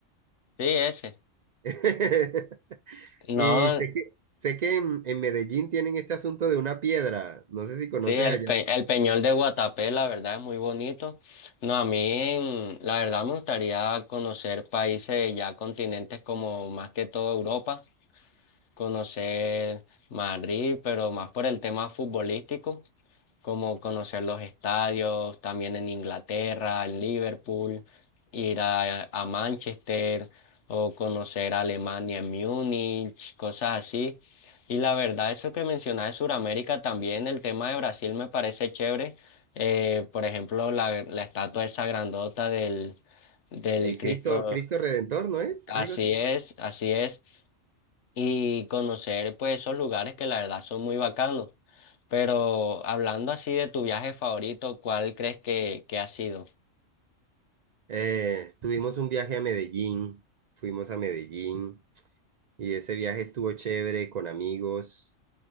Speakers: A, on the left (about 65°); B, on the right (about 65°).
A: sí, ese.
B: <laughs>
A: No,
B: Y sé que, sé que en, en Medellín tienen este asunto de una piedra. No sé si conoces
A: sí, el,
B: allá.
A: pe- el Peñol de Guatapé, la verdad, es muy bonito. No, a mí, en- la verdad, me gustaría conocer países ya continentes como más que todo Europa. conocer Madrid, pero más por el tema futbolístico, como conocer los estadios, también en Inglaterra, en Liverpool, ir a, a Manchester o conocer Alemania en Múnich, cosas así. Y la verdad, eso que mencionas de Sudamérica también, el tema de Brasil me parece chévere. Eh, por ejemplo, la, la estatua esa grandota del, del
B: El
A: Cristo.
B: Cristo, Cristo Redentor, ¿no es?
A: Así
B: Algo así.
A: es, así es y conocer pues esos lugares que la verdad son muy bacanos. Pero hablando así de tu viaje favorito, ¿cuál crees que, que ha sido?
B: Eh, tuvimos un viaje a Medellín, fuimos a Medellín y ese viaje estuvo chévere con amigos,